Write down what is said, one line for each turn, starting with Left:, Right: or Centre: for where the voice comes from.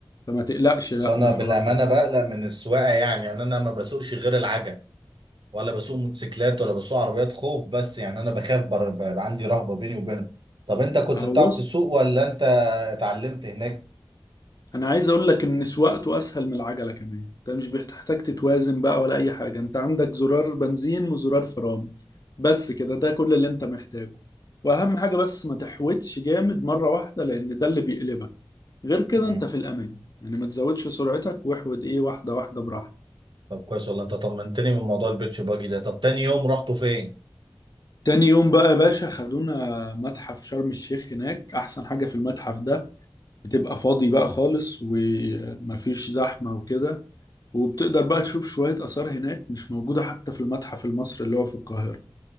Left: فما تقلقش
Right: بس
Left: لا
Right: انا
Left: من الحوار
Right: بالامانه
Left: ده
Right: بقلق من السواقه يعني يعني انا ما بسوقش غير العجل ولا بسوق موتوسيكلات ولا بسوق عربيات خوف بس يعني انا بخاف بر... بر... عندي رهبة بيني وبينهم طب انت كنت
Left: اهو
Right: بتعرف
Left: بص
Right: تسوق ولا انت اتعلمت هناك
Left: انا عايز اقول لك ان سواقته اسهل من العجله كمان انت مش بتحتاج تتوازن بقى ولا اي حاجه انت عندك زرار بنزين وزرار فرامل بس كده ده كل اللي انت محتاجه واهم حاجه بس ما تحوتش جامد مره واحده لان ده اللي بيقلبك غير كده
Right: مم.
Left: انت في الامان يعني ما تزودش سرعتك واحود ايه واحده واحده براحتك
Right: طب كويس والله انت طمنتني من موضوع البيتش باجي ده طب تاني يوم رحتوا فين
Left: تاني يوم بقى يا باشا خدونا متحف شرم الشيخ هناك احسن حاجه في المتحف ده بتبقى فاضي بقى خالص ومفيش زحمه وكده وبتقدر بقى تشوف شوية آثار هناك مش موجودة حتى في المتحف المصري اللي هو في القاهرة